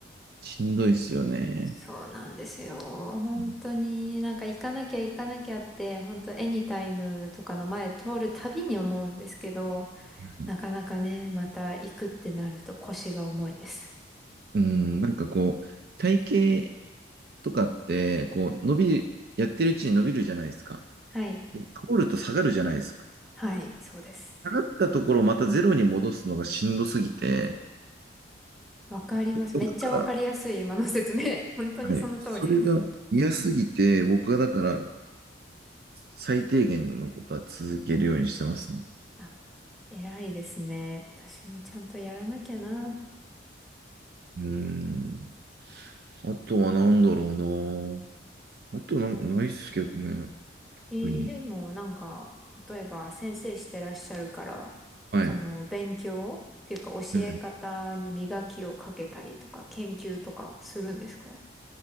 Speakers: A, on the right; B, in the centre.
A: しんどいですよね。
B: そうなんですよ。本当になんか行かなきゃ行かなきゃって、
A: う
B: 本当エニタイムとかの前通るたびに思うんですけど、
A: ん。
B: なかなかね、また行くってなると腰が重いです。
A: うんなんかこう、体型とかって、こう、伸び、やってるうちに伸びるじゃないですか。
B: はい。
A: で、通ると下がるじゃないですか。
B: はい、そうです。
A: 下がったところをまたゼロに戻すのがしんどすぎて、
B: わかります。
A: だから、
B: めっちゃわかりやすい今の説明。<laughs> 本当にその通りです。
A: はい、それが嫌すぎて、僕はだから、最低限のことは続けるようにしてますね。
B: あ、偉いですね。私もちゃんとやらなきゃな。
A: うーん。あとは何だろうな。あとなんかないっすけどね、
B: えーでもなんか、
A: 特に。
B: 例えば先生してらっしゃるから、
A: はい。
B: その勉強っていうか教え方に磨きをかけたりとか研究とかするんですか
A: うん